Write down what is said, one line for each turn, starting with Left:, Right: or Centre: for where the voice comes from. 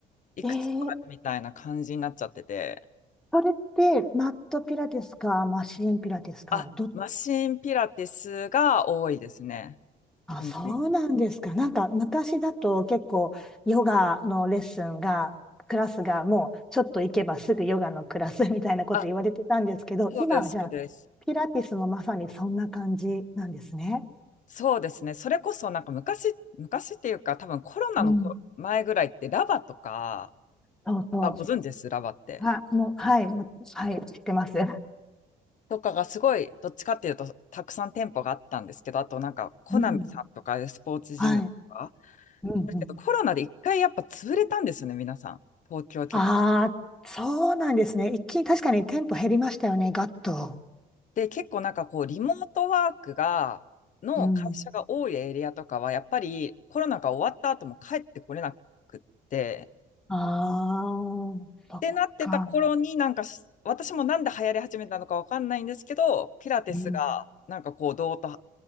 Left: いくつかあるみたいな感じになっちゃってて、
Centre: えー、それって、マットピラティスか、マシーンピラティスか、
Left: あ、
Centre: どっ
Left: マシンピラティスが多いですね。
Centre: あ、
Left: 本当に
Centre: そうなんですか。なんか昔だと結構ヨガのレッスンが、クラスがもうちょっと行けばすぐヨガのクラスみたいなこと言われてたんですけど、
Left: あ、そうです、
Centre: 今はじゃあピラティスもまさにそんな感じなんですね。
Left: そうです。そうですね。それこそなんか昔、昔っていうか多分コロナのこ前ぐらいってラバとか、
Centre: うん。そうそ
Left: あ、ご存知です、ラバって。
Centre: う。は、もう、はい、もう、はい、知ってます。
Left: とかがすごい、どっちかっていうとたくさん店舗があったんですけど、あとなんかコナミさんとかスポーツジムとか。
Centre: うん。はい。うんうん。
Left: だけどコロナで一回やっぱ潰れたんですよね、皆さん。東京結
Centre: ああ、そうなんですね。一気に確かにテンポ減りましたよね、ガッと。
Left: で、結構なんかこうリモートワークが、の会社が多いエリアとかはやっぱりコロナが終わった後も帰ってこれなくって、
Centre: うん。ああ、そっか。
Left: ってなってた頃になんかし私もなんで流行り始めたのかわかんないんですけどピラティスがなんかこうどうと
Centre: うん。